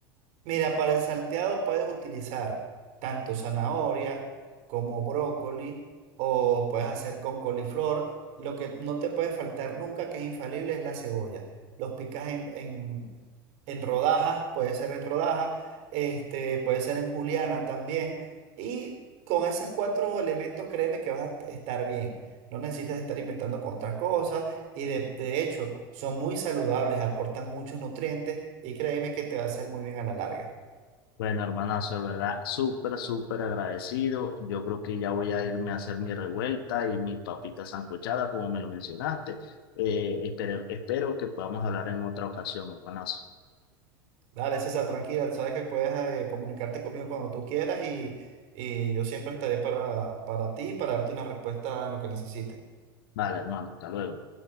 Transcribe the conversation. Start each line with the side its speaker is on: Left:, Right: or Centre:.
Right: Mira, para el salteado puedes utilizar tanto zanahoria como brócoli o puedes hacer con coliflor. Lo que no te puede faltar nunca, que es infalible, es la cebolla. Los picas en, en- en rodajas, puede ser en rodajas, este, puede ser en juliana también. Y con esos cuatro elementos, créeme que vas a estar bien. No necesitas estar inventando con otras cosas y de, de hecho, son muy saludables, aportan muchos nutrientes y créeme que te va a hacer muy bien a la larga.
Left: Bueno, hermanazo, de verdad, súper, súper agradecido. Yo creo que ya voy a irme a hacer mi revuelta y mi papita sancochada como me lo mencionaste. Eh, espero, espero que podamos hablar en otra ocasión, hermanazo.
Right: Dale, César, tranquila, sabes que puedes eh, comunicarte conmigo cuando tú quieras y, y yo siempre estaré para, para ti y para darte una respuesta en lo que necesites.
Left: Vale, hermano, hasta luego.